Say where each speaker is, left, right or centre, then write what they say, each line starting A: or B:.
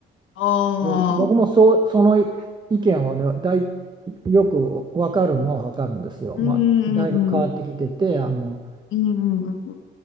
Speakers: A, on the left; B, on the right.
A: ああ、
B: で、僕もそう、その意見はね、だい、よくわかるのはわかるんですよ。
A: うんうんうん。
B: まあ、だいぶ変わってきてて、あの、
A: うんうんうん。